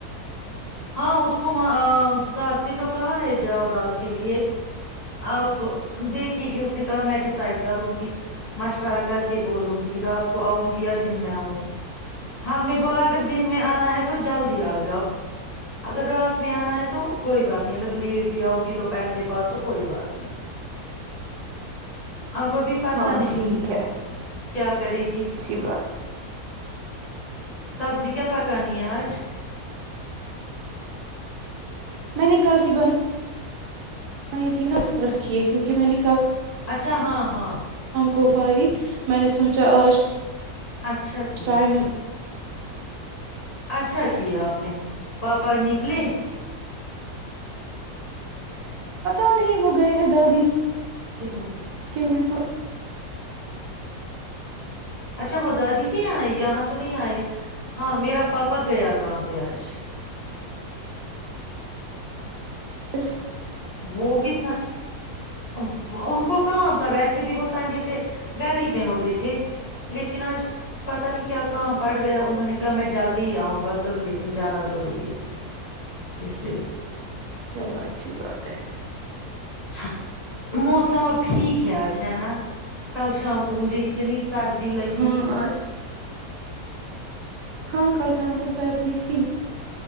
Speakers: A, on the left; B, on the right.
A: ہاں اس کو ساس نے تو کہاں ہے جاؤ رات کے لیے اب دیکھے گی اس نے کہا میں ڈیسائڈ کروں گی مشورہ کر کے بولوں گی رات کو کو آؤں گی یا دن میں آؤں گی ہم نے بولا اگر دن میں آنے ہے تو جلدی آ جاؤ اگر رات میں آنا ہے تو کوئی بات نہیں اگر لیٹ بھی آؤ گی دوپہر کے بعد تو کوئی بات نہیں اب ابھی پاتا
B: ہاں
A: نہیں
B: ٹھیک ہے
A: کیا کرے گی
B: اچھی بات
A: سبزی کیا پکانی ہے آج
B: میں نے کل ہی بن ئی تھی نہ رکھی ہے کیونکہ میں نے
A: اچھا ہاں ہاں
B: کوفائی میں نے سوچا آج
A: اچھا کیا
B: ٹائم <inaudible>
A: اچھا کیا آپ نے پاپا نکلے
B: ج <inaudible> پتا نہیں وہ گئے ہیں دادی
A: تو تو <unintelligible>
B: <inaudible>
A: اچھا وہ دادی کے آئے یہاں تو نہیں آئے ہاں میرا پاپا گیا کام پہ آج
B: ا <unintelligible>
A: وہ بھی س ان کو کام تھا ویسے بھی وہ سنڈے پہ گھر ہی میں ہوتے تھے لیکن آج پتا نہیں کیا کام پڑ گیا انہوں نے کہا میں جلدی ہی آؤں گا تو لیکن جانا ضروری ہے اس
B: چلوچھا <unintelligible> اچھی بات ہے
A: چ موسم اب ٹھیک ہے آج ہے نا کل شام کو مجھے اتنی سردی لگی
B: ہاں آج ہاں کل شام کو سردی تھی